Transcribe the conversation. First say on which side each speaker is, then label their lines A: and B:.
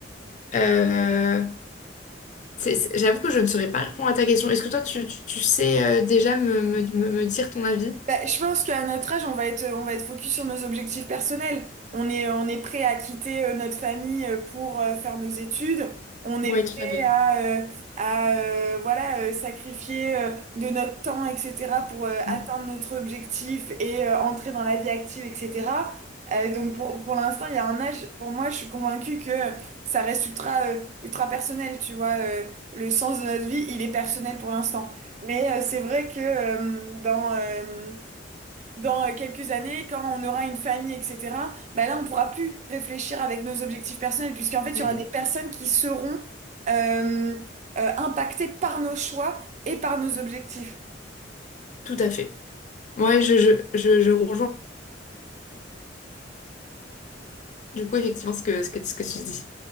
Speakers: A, on the left; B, on the right.
A: Euh, C'est- c'est- J'avoue que je ne saurais pas répondre à ta question. Est-ce que toi, tu, tu- sais euh, déjà me, me- me- me dire ton avis?
B: Bah, je pense qu'à notre âge, on va être, on va être focus sur nos objectifs personnels. On est, on est prêt à quitter euh, notre famille euh, pour euh, faire nos études. On
A: Oui,
B: est prêt
A: tout à fait.
B: à, euh, à euh, voilà, euh, sacrifier euh, de notre temps, etc., pour euh,
A: Mm.
B: atteindre notre objectif et euh, entrer dans la vie active, etc. Euh, donc pour, pour l'instant, il y a un âge, pour moi, je suis convaincue que ça reste ultra, euh, ultra personnel, tu vois. euh, le sens de notre vie, il est personnel pour l'instant. Mais euh, c'est vrai que euh, dans... euh, dans euh, quelques années, quand on aura une famille, etc., bah là, on pourra plus réfléchir avec nos objectifs personnels, puisqu'en fait, il
A: Mm,
B: y aura des personnes qui seront euh, euh, impactées par nos choix et par nos objectifs.
A: Tout à fait. Ouais, je, je, je, je rejoins du coup effectivement ce que, ce que, ce que tu dis.